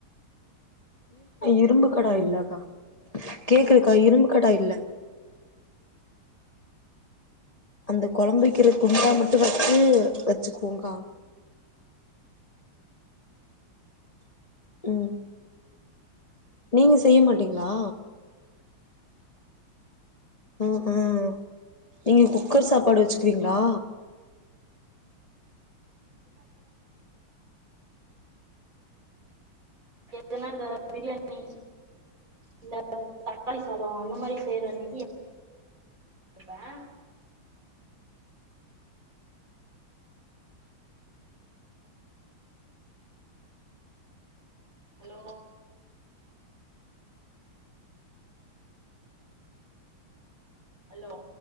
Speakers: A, on the left (about 70°); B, on the right (about 40°).
A: இரும்பு கடா இல்லக்கா கேக்குதுக்கா இரும்பு கடா இல்ல அந்த குழம்புவைக்கிற கும்மாய மட்டும் வச்சு பச்சுக்கோங்கா உம் நீங்க செய்ய மாட்டீங்களா உம் ம் நீங்க குக்கர் சாப்பாடு வச்சுக்குவீங்களா
B: ஏன்னா இந்த பிரியாணி இல்ல தக்காளி சாதம் அந்த மாதிரி செய்யறன்னைக்கு ப்பேன் ஹலோ ஹலோ